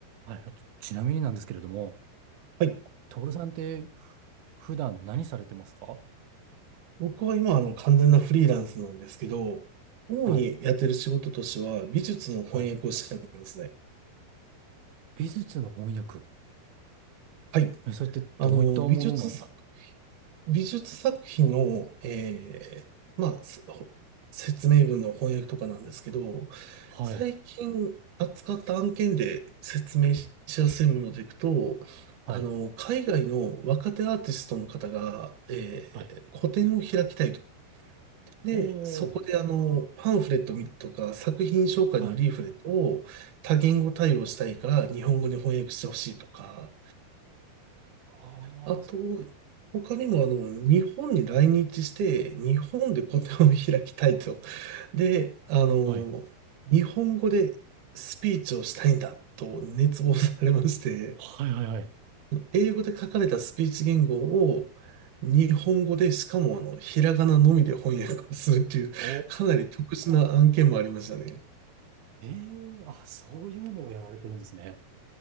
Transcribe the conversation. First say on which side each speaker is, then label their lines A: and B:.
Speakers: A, on the right (about 80°); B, on the right (about 65°).
A: はい、あと、ちなみになんですけれども、
B: はい。
A: 徹さんってふ普段何されてますか
B: 僕は今、あの、完全なフリーランスなんですけど、主にやってる仕事としては、
A: はい、
B: 美術の翻訳をしてるんですね。
A: はい。美術の翻訳。
B: はい。
A: え、それってどういったものなんですか
B: あの、美術作、美術作品の、えーまあ、すほ説明文の翻訳とかなんですけど、
A: はい、
B: 最近扱った案件で説明しやすいものでいくと、
A: はい、
B: あの、海外の若手アーティストの方が、えー個展を開きたいと。
A: はい。お
B: で、そこであの、
A: ー、
B: パンフレットとか作品紹介のリーフレットを多言語対応したいから日本語に翻訳してほしいとか、
A: はい。はあ
B: あと、他にもあの、日本に来日して日本で個展を開きたいと。で、あの、
A: はい、
B: 日本語でスピーチをしたいんだと熱望されまして、
A: はい、はい、はい。
B: 英語で書かれたスピーチ言語を日本語で、しかもあの、ひらがなのみで翻訳をするっていう、<laughs>
A: お
B: かなり特殊な案件もありましたね。
A: ー、えー、あ、そういうのをやられてるんですね。